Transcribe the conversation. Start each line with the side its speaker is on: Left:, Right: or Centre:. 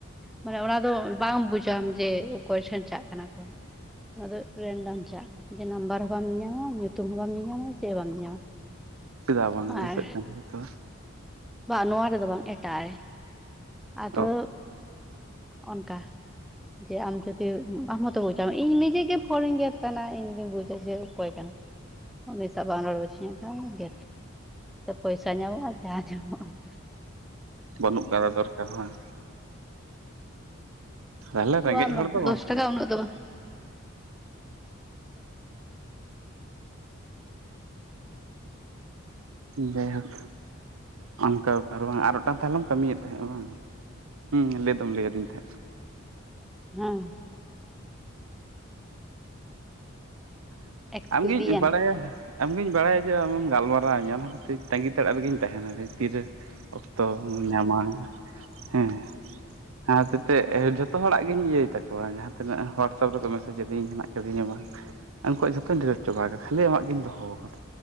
Centre: ᱢᱟᱱᱮ ᱚᱱᱟ ᱫᱚ ᱵᱟᱝ ᱵᱩᱡᱟᱢ ᱡᱮ ᱚᱠᱚᱭ ᱴᱷᱮᱱ ᱫᱟᱜ ᱠᱟᱱᱟ ᱠᱚᱞᱼᱼ ᱟᱫᱚ ᱨᱮᱱᱰᱟᱢ ᱪᱟᱜᱼᱼ ᱡᱮ ᱱᱟᱢᱵᱟᱨ ᱦᱚᱸ ᱵᱟᱢ ᱧᱟᱢᱟ ᱧᱩᱛᱩᱢ ᱦᱚᱸ ᱵᱟᱢ ᱧᱟᱢᱟ ᱪᱮᱫ ᱦᱚᱸ ᱵᱟᱢ ᱧᱟᱢᱟ᱾
Right: ᱪᱮᱫᱟᱜ ᱵᱟᱝ ᱫᱤᱥᱟᱹᱜ
Centre: ᱟᱨ
Right: ᱠᱟᱱ ᱜᱮᱛᱚᱼᱼ
Centre: ᱵᱟᱝ ᱱᱚᱣᱟ ᱨᱮᱫᱚ ᱵᱟᱝ ᱮᱴᱟᱜ ᱨᱮ ᱟᱫᱚ
Right: ᱚ
Centre: ᱚᱱᱠᱟ ᱡᱮ ᱟᱢ ᱡᱩᱚᱫᱤ ᱟᱢ ᱢᱚᱛᱚ ᱵᱩᱡᱟᱢ ᱤᱧ ᱱᱤᱡᱮ ᱜᱮ ᱯᱷᱚᱱᱤᱧ ᱜᱮᱫ ᱛᱟᱱᱟ ᱤᱧ ᱜᱮ ᱵᱩᱡᱟ ᱡᱮ ᱚᱠᱚᱭ ᱠᱟᱱᱟ᱾ ᱩᱱᱤ ᱥᱟᱶ ᱵᱟᱢ ᱨᱚᱲ ᱦᱚᱪᱚ ᱠᱷᱟᱱ ᱜᱮᱫ ᱯᱚᱭᱥᱟ ᱧᱟᱢᱚᱜᱼᱟ ᱡᱟᱸᱦᱟ ᱧᱟᱢᱚᱜᱼᱟ᱾
Right: ᱵᱟᱹᱱᱩᱜ ᱟᱠᱟᱫᱟ ᱫᱚᱨᱠᱟᱨ ᱦᱚᱸ ᱵᱟᱝ? ᱛᱟᱦᱚᱞᱮ ᱨᱮᱸᱜᱮᱡ
Centre: ᱵᱟ ᱵᱟᱝ
Right: ᱦᱚᱲ ᱫᱚ
Centre: ᱫᱚᱥ
Right: ᱠᱟᱱᱟ
Centre: ᱴᱟᱠᱟ ᱩᱱᱟᱹᱜ ᱫᱚ ᱵᱟᱝ
Right: ᱡᱟᱭᱦᱳᱠ ᱚᱱᱠᱟ ᱠᱟᱨᱚᱱ ᱟᱨ ᱢᱤᱫᱴᱟᱝ ᱛᱟᱦᱞᱚᱢ ᱠᱟᱹᱢᱤᱭᱮᱫ ᱛᱟᱦᱮᱸᱜ ᱟ ᱵᱟᱝᱼᱼ ᱦᱮᱸ ᱞᱟᱹᱭ ᱫᱚᱢ ᱞᱟᱹᱭ ᱟᱹᱫᱤᱧ ᱛᱟᱦᱮᱸᱫᱟᱼᱼ
Centre: ᱦᱮᱸ, ᱮᱠᱥᱯᱮᱨᱤᱭᱮᱱᱥ
Right: ᱟᱢᱜᱮᱧ ᱵᱟᱲᱟᱭᱟ᱾ ᱟᱢᱜᱤᱧ ᱵᱟᱲᱟᱭᱟ ᱡᱮ ᱟᱢᱮᱢ ᱜᱟᱞᱢᱟᱨᱟᱣᱤᱧᱟᱹ ᱚᱱᱟ ᱛᱟᱝᱜᱤ ᱛᱟᱲᱟᱜ ᱨᱮᱜᱮᱧ ᱛᱟᱦᱮᱱᱟ ᱛᱤᱨᱮ ᱚᱠ, ᱛᱚ ᱧᱟᱢᱟ ᱦᱮᱸ ᱦᱟᱛᱚᱛᱮ ᱡᱷᱚᱛᱚ ᱦᱚᱲᱟᱜ ᱜᱤᱧ ᱤᱭᱟᱹᱭ ᱛᱟᱠ, ᱡᱟᱦᱟᱸ ᱛᱤᱱᱟᱹᱜ ᱦᱳᱣᱟᱴᱥᱮᱯ ᱨᱮᱠᱚ ᱢᱮᱥᱮᱡ ᱟᱫᱤᱧ ᱦᱮᱱᱟᱜ ᱟᱠᱟᱫᱤᱧᱟ ᱵᱟᱝ, ᱩᱱᱠᱩᱣᱟᱜ ᱡᱷᱚᱛᱚ ᱰᱤᱞᱮᱴ ᱪᱟᱵᱟ ᱟᱠᱟᱫᱟ ᱠᱷᱟᱹᱞᱤ ᱟᱢᱟᱜ ᱜᱤᱧ ᱫᱚᱦᱚᱣ ᱟᱠᱟᱫᱟ